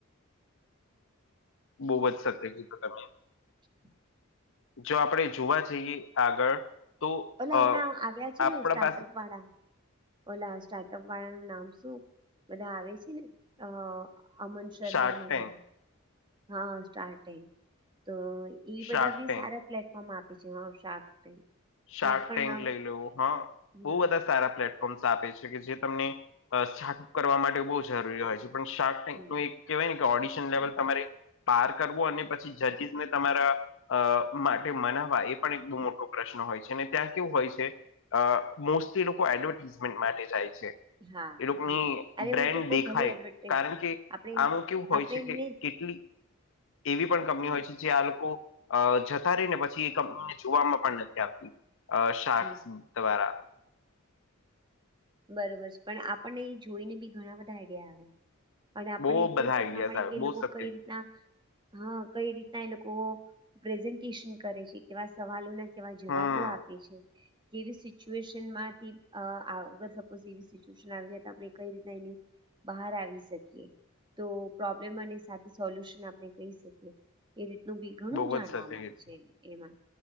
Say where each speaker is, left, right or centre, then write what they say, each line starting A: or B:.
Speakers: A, on the left (about 65°); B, on the right (about 20°).
A: બહુબ જ સત્ય કીધું તમે.
B: <unintelligible>
A: જો આપણે જોવા જઈએ આગળ તો
B: ઓલા
A: અ
B: હમણાં આવ્યા છે
A: આપણા
B: ને સ્ટાર્ટઅપ
A: પાસે
B: વાળા ઓલા સ્ટાર્ટઅપ વાળાનું નામ શું બધા આવે છે ને અ. અમન શર્મા
A: શાર્ક
B: ને
A: ટેન્ક
B: બધા હા સ્ટાર્ટ એ તો ઈ બધા
A: શાર્ક
B: બી
A: ટેન્ક
B: સારા પ્લેટ ફોમ મા આપી છે હ શાકૅ ટેન્ક.
A: શાર્ક
B: તો ઈ પણ
A: ટેન્ક
B: ન-
A: લઈ લેવું હા
B: હમ
A: બહુ બધા સારા પ્લેટ <inaudible> આપે છે કે જે તમને શાક કરવા માટે બહુ જરૂરી હોય છે પણ શાર્ક ટેન્ક
B: હમ
A: નું એક. કહેવાય ને કે ઓડિશન લેવલ તમારે પાર કરવો અને પછી જજીસ ને તમારા. અ માટે મનાવવા એ પણ એટલો મોટો પ્રશ્ન. હોય છે અને ત્યાં કેવું હોય છે અ મોસ્ટલી લોકો એડવર્ટીઝમેન્ટ માટે જાય છે.
B: હા
A: એ લોકોની
B: હમ અરે
A: બ્રેન્ડ
B: હું તો કઉ
A: દેખાય
B: ભલે એડવર્ટાઈઝ
A: કારણ કે
B: આપણે
A: આમ કેવું હોય
B: આપણે
A: છે
B: એમને
A: કે કેટલી. એવી પણ કંપની હોય છે જે આ લોકો અ જતા રહી ને પછી એ કંપનીને જોવામાં પણ નથી. અ શાર્ક
B: હમ,
A: તમારા.
B: બરોબર પણ આપણને એ જોઈને બી ઘણા બધા આઈડિયા આવે. અને આપણને
A: બહુ
B: ઈ પણ
A: બધા
B: શીખવા
A: આઈડિયાઝ
B: મળે
A: આવે
B: કે એ
A: બહુ
B: લોકો
A: સત્ય
B: કઈ
A: કીધું.
B: રીતના હા કઈ રીતના એ લોકો. પ્રેઝન્ટેશન કરે છે કેવા સવાલો ના કેવા જવાબો
A: હમ
B: આપે છે. કેવી સિચ્યુએશન માંથી અ આગળ. પછી એવી સિચવેસન આપડે કાઈ રીતે એની. બહાર આવી શકીએ તો પ્રોબ્લેમ અને સાથે સોલ્યુશન આપણે કહી શકીએ. એ રીતનું બી ઘણું
A: બહુ
B: જાણવા
A: જ સત્ય કીધું
B: મળે છે એમાં.